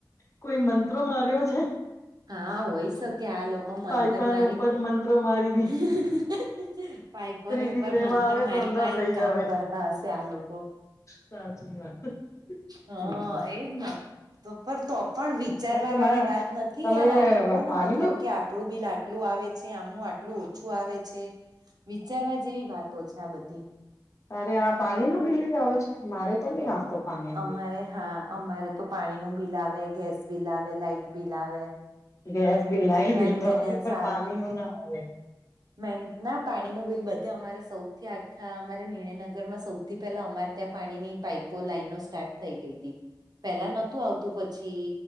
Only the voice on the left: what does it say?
કોઈ મંત્રો માર્યો છે?
પાઈપાને
ઉપર મંત્રો મારી દી
રીડિંગ
લેવા
આવે
તો અંધા
થઈ
જાવ
સાચી વાત <unintelligible>
હમ
હ તો
મા
તમારે
પાણીનું
અરે આ પાણી નું બિલી આવે છે? મારે તો નહી આવતો પાણીનું
ગેસ બિલ
બિલ તો આવે પણ પાણીનું ના આવે.